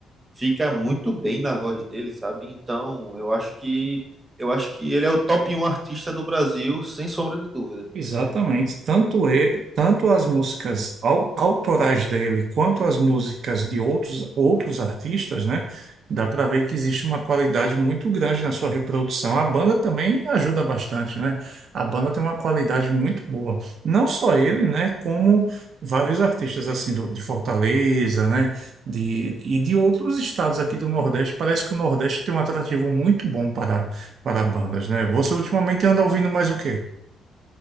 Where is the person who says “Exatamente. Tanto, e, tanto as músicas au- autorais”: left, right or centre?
Right